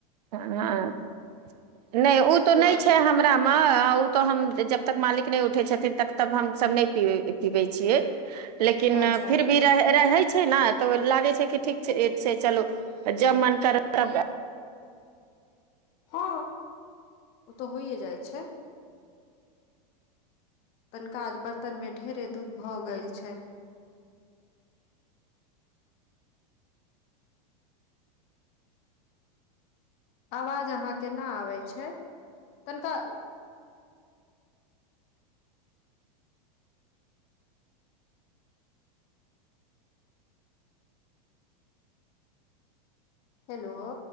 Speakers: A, on the right; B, on the left.
A: हँ हँ नइ ऊ
B: स्वाद
A: तऽ नइ छै हमरा म ऊ तऽ हम जब तक मालिक नइ उठै छथिन तब तक हमसब नइ पीबै छियै लेकिन
B: अच्छा
A: फिर भी रह रहै छै न तऽ लागै छै कि ठीक छै छै चलू जब मन करत तब
B: हँ ओ तऽ होइए जाइ छै तनिका आज बर्तनमे ढेरे दूध भऽ गेल छै
A: <inaudible>
B: आवाज अहाँ के ना आबै छै तनिका हेलो